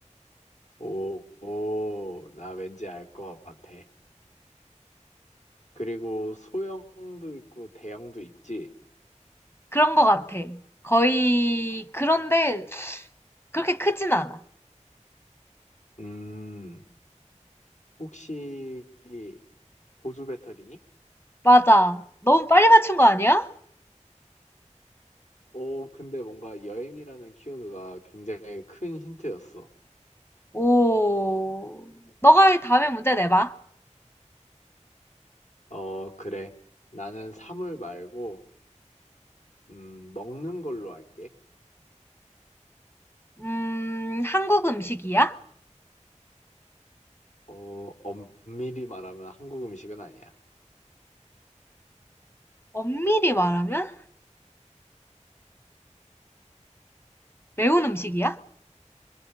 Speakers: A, on the left; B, on the left.
A: 오, 오, 나 왠지 알 것 같아. 그리고 소형도 있고 대형도 있지.
B: 그런 것 같아. 거의 그런데 그렇게 크진 않아.
A: 음, 혹시 보조 배터리니?
B: 맞아. 너무 빨리 맞춘 거 아니야?
A: 오, 근데 뭔가 여행이라는 키워드가 굉장히 큰 힌트였어.
B: 오, 너가 다음에 문제 내봐.
A: 어, 그래. 나는 사물 말고, 음, 먹는 걸로 할게.
B: 음, 한국 음식이야?
A: 어, 엄밀히 말하면 한국 음식은 아니야.
B: 엄밀히 말하면? 매운 음식이야?